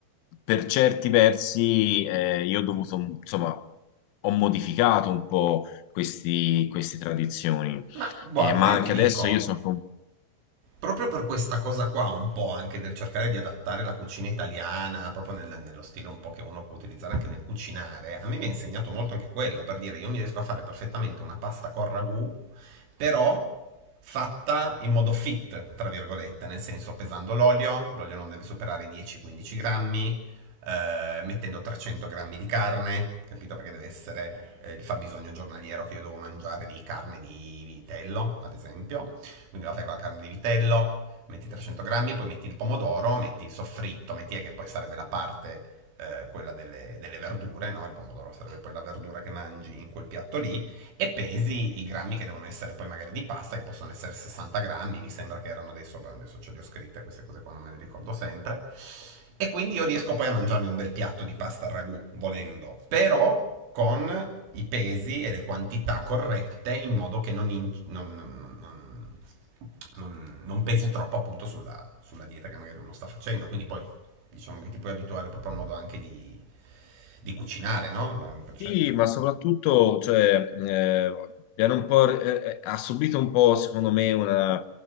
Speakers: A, on the left; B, on the right.
A: Per certi versi, eh, io ho dovuto, insomma, ho modificato un po' questi- queste tradizioni.
B: Ma guarda,
A: Eh, ma
B: io
A: anche
B: ti dico,
A: adesso io sono
B: Proprio per questa cosa qua, un po' anche del cercare di adattare la cucina italiana, proprio nel- nello stile un po' che uno può utilizzare anche nel cucinare, a me mi ha insegnato molto anche quello, per dire, io mi riesco a fare perfettamente una pasta con ragù, però fatta in modo fit, tra virgolette, nel senso pesando l'olio, l'olio non deve superare i 10-15 grammi, eh, mettendo 300 grammi di carne, capito? Perché deve essere eh, il fabbisogno giornaliero che io devo mangiare di carne di vitello, ad esempio quindi la fai con la carne di vitello, metti 300 grammi, poi metti il pomodoro, metti il soffritto, metti che poi sarebbe la parte, eh, quella delle, delle verdure, no? Il pomodoro sarebbe poi la verdura che mangi in quel piatto lì e pesi i grammi che devono essere poi magari di pasta, che possono essere 60 grammi, mi sembra che erano adesso, beh, adesso ce le ho scritte queste cose qua, non me le ricordo sempre. E quindi io riesco poi a mangiarmi un bel piatto di pasta al ragù, volendo, però con i pesi e le quantità corrette in modo che non, in- non- non- non- non- non pesi troppo appunto sulla, sulla dieta che magari uno sta facendo. Quindi poi diciamo che ti puoi abituare proprio al modo anche di, di cucinare, no? Cioè,
A: Sì,
B: cioè,
A: ma soprattutto, cioè, eh, abbiamo un po' re- eh, ha subito un po', secondo me, una,